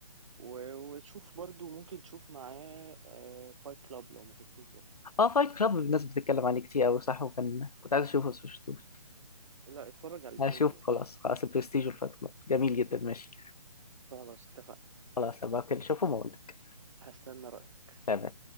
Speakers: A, on the right (about 55°); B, on the left (about 80°).
A: و- وشوف برضو ممكن تشوف معاه فايت كلاب لو ما شفتوش برضو
B: اه فايت كلاب الناس بتتكلم عليه كتير قوي صح وكان كنت عايز اشوفه بس مشفتوش
A: لا اتفرج على الاتنين
B: هشوف
A: دول
B: خلاص خلاص البرستيج والفايت كلاب جميل جدا ماشي
A: خلاص اتفقنا
B: خلاص هبقى كده اشوفهم واقول لك
A: هستنى رأيك
B: تمام